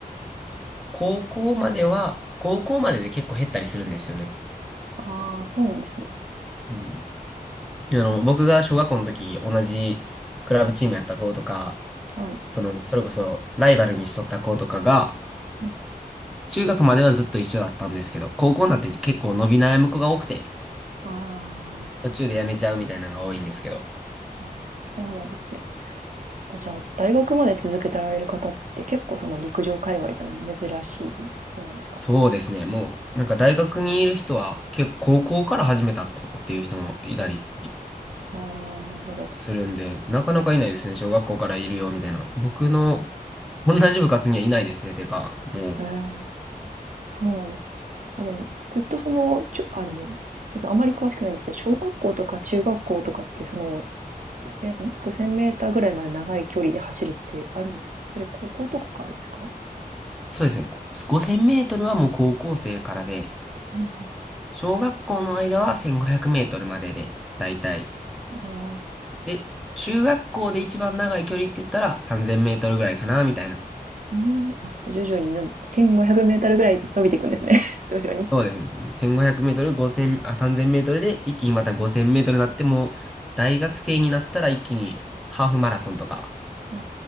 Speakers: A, in the centre; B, on the right.
A: 高校までは、高校までで結構減ったりするんですよね。
B: ああ、そうなんですね。
A: うん。あの、
B: じゃ
A: 僕が小学校の時、同じクラブチームやった子とか、
B: あ、はい。
A: その、それこそ、ライバルにしとった子とかが、
B: うん
A: 中学まではずっと一緒だったんですけど、高校になって結構伸び悩む子が多くて、
B: あ
A: 途中で辞めちゃうみたいなのが多いんですけど。
B: ーあー、そうなんですね。じゃあ、大学まで続けてられる方って結構その陸上界隈でも珍しい方なんですか
A: そうですね。もう、なんか大学にいる人は、結構高校から始めたとかっていう人もいたり
B: ああ、なるほど。
A: するんで、なかなかいないですね。小学校からいるよみたいな。僕の同じ部活にはいないですね。てか、もう、
B: ええそうなんです。あ、でも、ずっとその、ちょ、あ、でも、あまり詳しくないんですけど、小学校とか中学校とかってその5000、んメーターぐらいまで長い距離で走るってあるんですかそれ、高校とかからですか
A: そうですね。5000メートルはもう高校生からで、
B: うん。
A: 小学校の間は1500メートルまでで、だいたい
B: あ
A: で、中学校で一番長い距離って言ったら3000メートルぐらいかな、みたいな。
B: うん。あ、徐々にの、1500メーターぐらい伸びていくんですね。<laughs> 徐々に。
A: そうですね。1500メートル、5 0あ、3000メートルで一気にまた5000メートルになってもう、大学生になったら一気にハーフマラソンとか、
B: あ。